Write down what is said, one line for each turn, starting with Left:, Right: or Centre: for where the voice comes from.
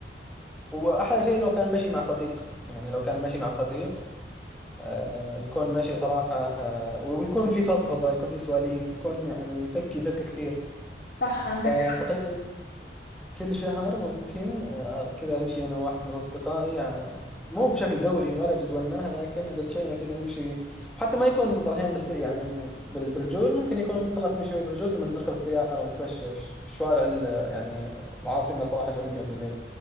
Centre: وأحلى شيء لو كان المشي مع صديق يعني لو كان المشي مع صديق آه، يكون مشي صراحة آه، ويكون في فضفضة يكون في سواليف يكون يعني يفك يفك كثير
Left: صح عندك
Centre: فتقريبا
Left: حق
Centre: كل شهر ممكن آه، كذا امشي انا واحد من اصدقائي آه، مو بشكل دوري ولا جدولناها لكن اذا مشينا كذا نمشي وحتى ما يكون بعض الاحيان بس يعني بال- بالرجول ممكن يكون خلاص نمشي شوي بالرجول ثم نركب السياره نتمشى في ش- في شوارع ال- يعني العاصمه صراحه جميله بالليل